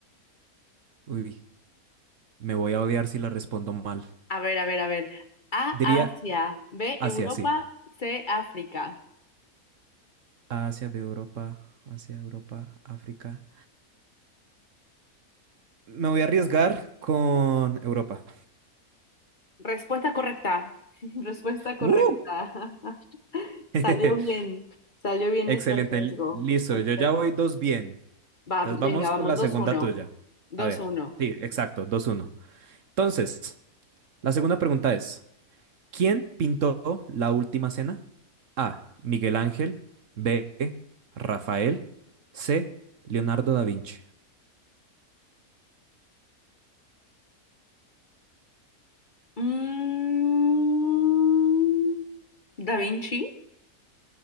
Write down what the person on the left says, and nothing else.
A ver, a ver, a ver. A,
Asia. B,
Europa.
C, África.
Respuesta correcta. <laughs> Respuesta correcta.
<laughs> Salió
bien. Salió bien
ese riesgo.
Perfecto.
Va,
venga,
vamos.
Dos
uno.
Dos
uno.
Mm, Da Vinci.